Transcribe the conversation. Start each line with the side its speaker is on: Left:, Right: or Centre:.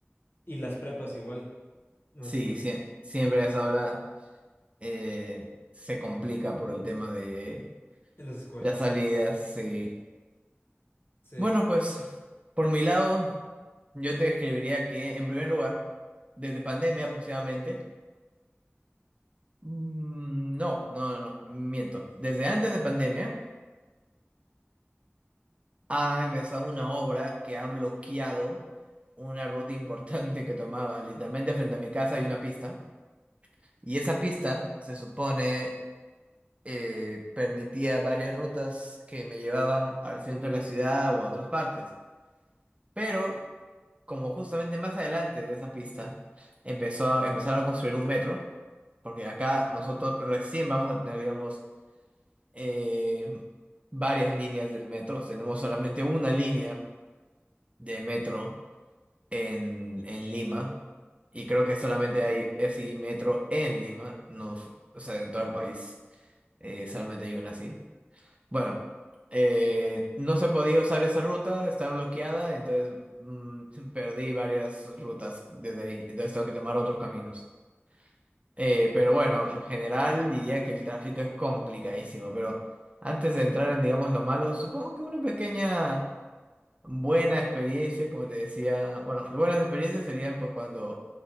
Left: Y las prepas igual, más
Right: Sí,
Left: o menos,
Right: sie- siempre a esa hora eh, se complica por el tema de
Left: en las escuelas.
Right: las salidas, sí.
Left: Sí,
Right: Bueno, pues por mi lado, yo te escribiría que en primer lugar, desde pandemia aproximadamente, mm, no, no, no, no, miento. Desde antes de pandemia ha empezado una obra que ha bloqueado una ruta importante que tomaba. Literalmente frente a mi casa hay una pista y esa pista se supone eh, permitía varias rutas que me llevaban al centro de la ciudad o a otras partes. Pero como justamente más adelante de esa pista empezó a- empezaron a construir un metro, porque acá nosotros recién vamos a tener, digamos, eh, varias líneas del metro. Tenemos solamente una línea de metro en, en Lima, y creo que solamente hay ese metro en Lima, no, f- o sea, en todo el país, eh, solamente hay una así. Bueno, eh, no se podía usar esa ruta, está bloqueada, entonces mm, <laughs> perdí varias rutas desde ahí, entonces tengo que tomar otros caminos. Eh, pero bueno, en general diría que el tráfico es complicadísimo, pero antes de entrar en, digamos, lo malo, supongo que una pequeña buena experiencia, como te decía, bueno, buenas experiencias serían pues cuando